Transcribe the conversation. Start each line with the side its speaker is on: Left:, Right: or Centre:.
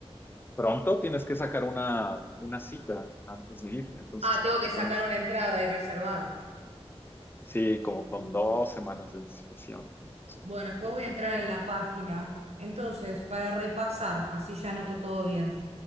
Left: Pronto tienes que sacar una, una cita antes de ir, entonces
Right: Ah, tengo
Left: para
Right: que
Left: que
Right: sacar
Left: tomes,
Right: una entrada y reservar.
Left: sí, como con dos semanas de anticipación, entonces,
Right: Bueno,
Left: para
Right: después
Left: que lo
Right: voy
Left: tengas
Right: a entrar
Left: en
Right: en
Left: cuenta.
Right: la página. Entonces, para repasar, así ya anoto todo bien.